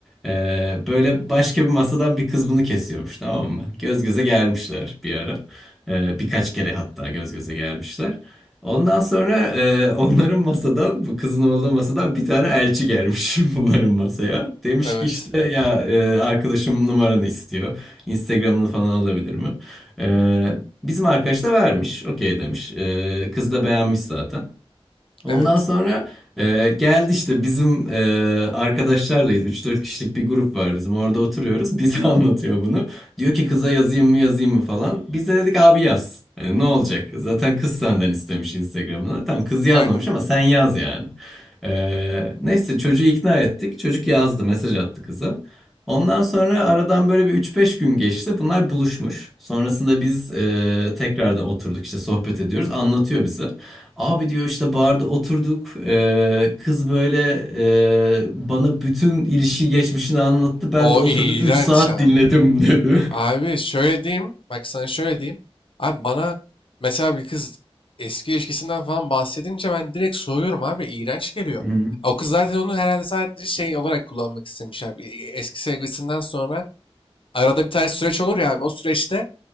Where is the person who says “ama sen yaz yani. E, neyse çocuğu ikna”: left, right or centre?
Centre